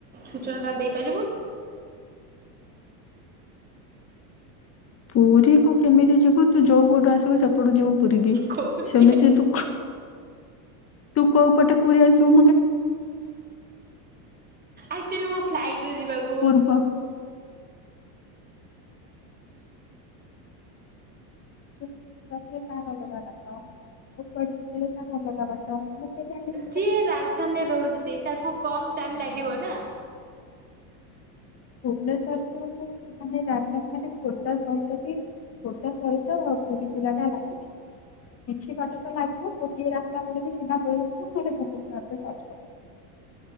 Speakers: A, on the right; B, on the left.
A: ସୂଚନାଟା ଦେଇପାରିବୁ?
B: ପୁରୀ କୁ କେମିତି ଯିବୁ ତୁ ଯୋଉ ପଟୁ ଆସିବୁ ସେ ଯୋଉ ପୁରୀକି
A: କହୁନି
B: ସେମିତି ତୁ ତୁ କୋଉ ପଟେ ପୁରୀ ଆସିବୁ
A: ଆକ୍ଚଆଲି ମୁ ଫ୍ଲାଇଟ୍ ରେ ଯିବାକୁ
B: ପୂର୍ବ। ବ <unintelligible>
A: ଯିଏ ରାଜଧାନୀରେ ରହୁଛି ତାକୁ କମ୍ ଟାଇମ୍ ଲାଗିବ ନା।
B: ଭୁବନେଶ୍ଵର ତ ମାନେ ରାଜଧାନୀ ମାନେ ଖୋର୍ଦ୍ଧା ସହିତ ବି ଖୋର୍ଦ୍ଧା ସହିତ ପୁରୀ ଜିଲ୍ଲା ଟା ଲାଗିଛି କିଛି ବାଟ ତ ଲାଗିବ ଗୋଟିଏ ରାସ୍ତା ପଡୁଛି ସିଧା ପଳେଇ ଆସିବ <unintelligible>